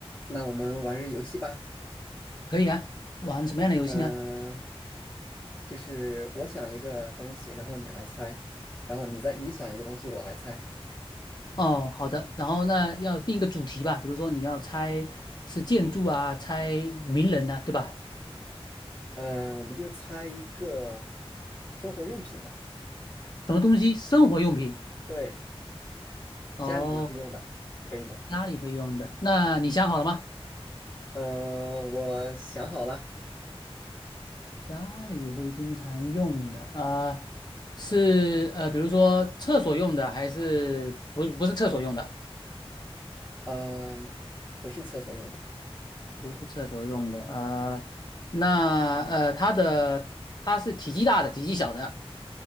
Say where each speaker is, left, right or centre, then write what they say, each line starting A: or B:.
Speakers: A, on the left; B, on the left.
A: 那我们玩个游戏吧。
B: 可以啊，玩什么样的游戏呢？
A: 嗯、就是我想一个东西，然后你来猜，然后你再你想一个东西，我来猜。
B: 哦，好的，然后那要定一个主题吧，比如说你要猜是建筑啊，猜名人呐、对吧？
A: 嗯、我们就猜一个生活用品吧，
B: 什么东西？生活用品。
A: 对，
B: 哦，
A: 家里面会用的，可以吗？
B: 家里会用的。那你想好了吗？
A: 嗯、我想好了，
B: 家里会经常用的啊、呃是呃，比如说厕所用的，还是不是不是厕所用的？
A: 嗯、不是厕所用的，
B: 不是厕所用的。呃，那呃，它的它是体积大的，体积小的，